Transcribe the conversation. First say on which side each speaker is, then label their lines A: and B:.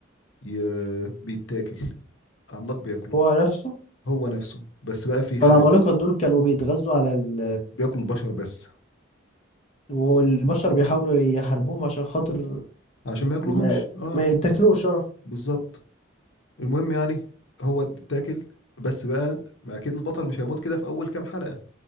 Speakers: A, on the left; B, on the left.
A: ي... بيتاكل عملاق بياكله
B: هو نفسه
A: هو نفسه بس بقى في حاجة
B: والعمالقه دول كانوا بيتغذوا على ال...
A: بياكل البشر بس
B: والبشر بيحاولوا يحاربوهم عشان خاطر
A: عشان ما ياكلهمش
B: ما
A: اه
B: ما يتاكلوش اه
A: بالظبط المهم يعني هو اتاكل بس بقى ما اكيد البطل مش هيموت كده في اول كام حلقة